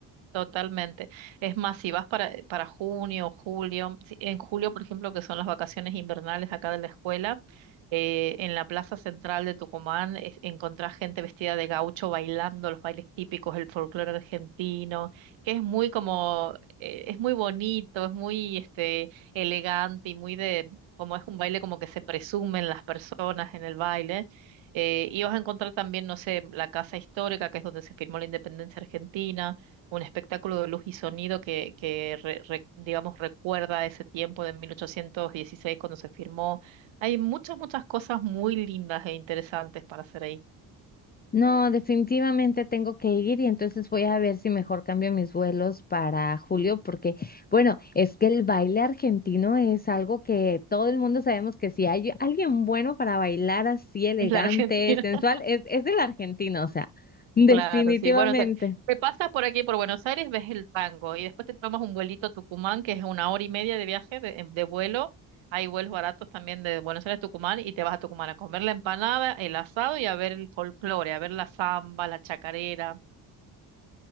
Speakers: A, on the right; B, on the left.
A: Totalmente. Es más, si vas para, para junio, julio, si- en julio, por ejemplo, que son las vacaciones invernales acá de la escuela, eh, en la plaza central de Tucumán es- encontrás gente vestida de gaucho bailando los bailes típicos, el folclore argentino, que es muy como, eh, es muy bonito, es muy este, elegante y muy de, como es un baile como que se presumen las personas en el baile. Eh, y vas a encontrar también, no sé, la Casa Histórica, que es donde se firmó la independencia argentina un espectáculo de luz y sonido que, que re- re- digamos, recuerda ese tiempo de 1816 cuando se firmó. Hay muchas, muchas cosas muy lindas e interesantes para hacer ahí. <laughs>
B: No, definitivamente tengo que ir y entonces voy a ver si mejor cambio mis vuelos para julio, porque bueno, es que el baile argentino es algo que todo el mundo sabemos que si hay alguien bueno para bailar así elegante,
A: En la Argentina,
B: sensual,
A: <laughs>
B: es, es del argentino, o sea, definitivamente.
A: claro, sí. Bueno, te, te pasas por aquí, por Buenos Aires, ves el tango y después te tomas un vuelito a Tucumán, que es una hora y media de viaje, de, de vuelo. Hay vuelos baratos también de Buenos Aires a Tucumán y te vas a Tucumán a comer la empanada, el asado y a ver el folclore, a ver la samba, la chacarera.